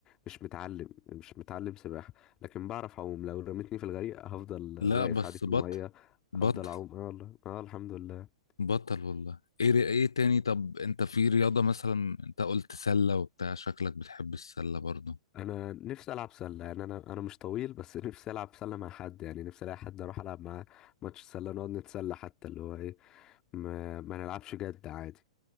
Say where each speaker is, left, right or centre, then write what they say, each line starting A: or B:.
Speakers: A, on the left; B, on the left.
A: مش متعلم مش متعلم سباحه لكن بعرف اعوم لو رميتني في الغريق هفضل
B: لا
A: واقف
B: بس
A: عادي في
B: بطل
A: الميه
B: بطل
A: هفضل اعوم اه والله اه الحمد لله
B: بطل والله ايه ايه تاني طب انت في رياضة مثلا انت قلت سلة وبتاع شكلك بتحب السلة برضو
A: انا نفسي العب سله يعني انا انا مش طويل بس <laughs> نفسي العب سله مع حد يعني نفسي الاقي حد اروح العب معاه ماتش سله نقعد نتسلى حتى اللي هو ايه ما, ما نلعبش جد عادي